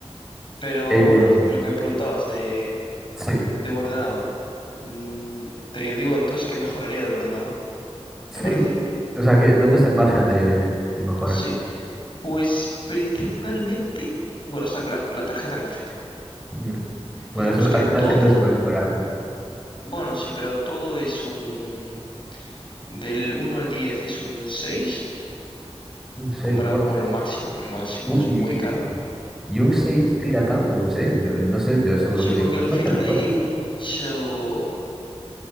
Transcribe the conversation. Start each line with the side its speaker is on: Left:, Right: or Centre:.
Left: Pero
Centre: Em,
Left: bueno, lo que me preguntabas de
Centre: sí.
Left: de un ordenador. Mm, te digo entonces que mejoraría del ordenador. ¿Te
Centre: Sí,
Left: parece?
Centre: o sea, que, ¿dónde está el margen de, de mejora?
Left: Sí. Pues principalmente, bueno, está claro, la tarjeta gráfica.
Centre: Mm. Bueno,
Left: Digamos
Centre: eso es-
Left: que
Centre: al
Left: todo,
Centre: final siempre se puede mejorar, ¿no?
Left: bueno, sí, pero todo es un, del uno al 10 es un 6
Centre: Un 6,
Left: comparado
Centre: bueno.
Left: con lo máximo, que lo máximo
Centre: Un-
Left: es
Centre: y,
Left: muy
Centre: y-
Left: caro.
Centre: y un 6 tira tanto, un 6. Yo no sé, yo según
Left: Sí,
Centre: lo que me
Left: porque
Centre: dijiste,
Left: al final
Centre: parece muy
Left: hay
Centre: buena.
Left: mucho,